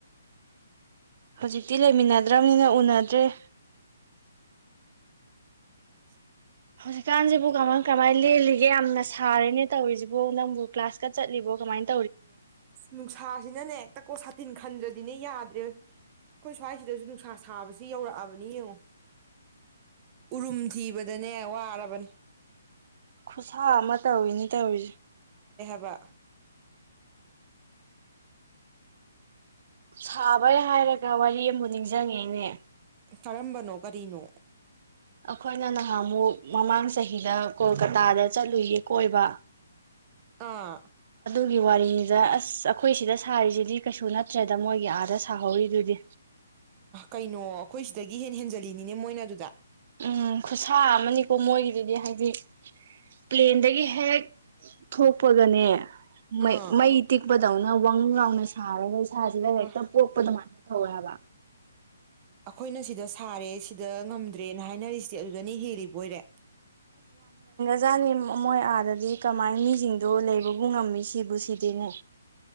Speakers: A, on the right; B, on the right.
A: ꯍꯧꯖꯤꯛꯇꯤ ꯂꯩꯃꯤꯟꯅꯗ꯭ꯔꯕꯅꯤꯅ ꯎꯅꯗ꯭ꯔꯦ
B: <inaudible>
A: ꯍꯧꯖꯤꯛꯀꯥꯟꯁꯤꯕꯨ ꯀꯃꯥꯏ ꯀꯃꯥꯏꯅ ꯂꯦꯜꯂꯤꯒꯦ ꯌꯥꯝꯅ ꯁꯥꯔꯦꯅꯦ ꯇꯧꯔꯤꯁꯤꯕꯣ ꯅꯪꯕꯨ ꯀ꯭ꯂꯥꯁꯀ ꯆꯠꯂꯤꯕꯣ ꯀꯃꯥꯏꯅ ꯇꯧ
B: ꯅꯨꯡꯁꯥꯁꯤꯅꯅꯦ ꯍꯦꯛꯇ ꯀꯣ ꯁꯥꯇꯤꯟ ꯈꯟꯗ꯭ꯔꯗꯤꯅꯦ ꯌꯥꯗ꯭ꯔꯦ ꯑꯩꯈꯣꯏ ꯁ꯭ꯋꯥꯏꯁꯤꯗꯁꯨ ꯅꯨꯡꯁꯥ ꯁꯥꯕꯁꯤ ꯌꯧꯔꯛꯑꯕꯅꯤ ꯌꯦꯡꯉꯣ ꯎꯔꯨꯝ ꯊꯤꯕꯗꯅꯦ ꯋꯥꯔꯕꯅꯦ
A: ꯈꯨꯁꯃꯠ ꯇꯧꯏꯅꯤ ꯇꯧꯏ
B: ꯋꯥ
A: ꯁꯥꯕꯩ ꯍꯥꯏꯔꯒ ꯋꯥꯔꯤ ꯑꯃꯨ ꯅꯤꯡꯁꯤꯡꯉꯦꯅꯦ
B: ꯀꯔꯝꯕꯅꯣ ꯀꯔꯤꯅꯣ
A: ꯑꯩꯈꯣꯏꯅ ꯅꯍꯥꯃꯨꯛ ꯃꯃꯥꯡ ꯆꯍꯤꯗ ꯀꯣꯜꯀꯇꯥꯗ ꯆꯠꯂꯨꯌꯦ ꯀꯣꯏꯕ
B: ꯑꯥ
A: ꯑꯗꯨꯒꯤ ꯋꯥꯔꯤꯅꯤꯗ ꯑꯁ ꯑꯩꯈꯣꯏ ꯁꯤꯗ ꯁꯥꯔꯤꯁꯤꯗꯤ ꯀꯩꯁꯨ ꯅꯠꯇ꯭ꯔꯦꯗ ꯃꯣꯏꯒꯤ ꯑꯥꯗ ꯁꯥꯍꯧꯔꯤꯗꯨꯗꯤ
B: ꯀꯩꯅꯣ ꯑꯩꯈꯣꯏ ꯁꯤꯗꯒꯤ ꯍꯦ ꯍꯦꯟꯖꯜꯂꯤꯅꯤꯅꯦ ꯃꯣꯏꯅ ꯑꯗꯨꯗ
A: ꯎꯝ ꯈꯨꯠꯁꯥ ꯑꯃꯅꯤꯀꯣ ꯃꯣꯏꯒꯤꯗꯨꯗꯤ ꯍꯥꯏꯗꯤ ꯄ꯭ꯂꯦꯟꯗꯒꯤ ꯍꯦꯛ ꯊꯣꯛꯄꯒꯅꯦ
B: ꯑꯥ
A: ꯃ ꯃ ꯏꯇꯦꯛꯕꯗꯥꯅ ꯋꯥ ꯂꯥꯎꯅ ꯁꯥꯔꯒ ꯁꯥꯖꯔ ꯍꯥꯏꯦꯛꯇ
B: ꯃꯥ
A: ꯄꯣꯞꯄꯗꯃꯥꯟ ꯍꯕ
B: ꯑꯩꯈꯣꯏꯅ ꯁꯤꯗ ꯁꯥꯔꯦ ꯁꯤꯗ ꯉꯝꯗ꯭ꯔꯦꯅ ꯍꯥꯏꯅꯔꯤꯁꯤꯗꯤ ꯑꯗꯨꯗꯅꯤ ꯍꯦꯜꯂꯤꯕ ꯑꯣꯏꯔꯦ
A: ꯑꯣꯖꯥꯅꯤ ꯃꯣꯏ ꯑꯥꯗꯗꯤ ꯀꯃꯥꯏ ꯃꯤꯁꯤꯡꯗꯣ ꯂꯩꯕꯕꯨ ꯉꯝꯃꯤ ꯁꯤꯕꯨ ꯁꯤꯗꯤꯅꯦ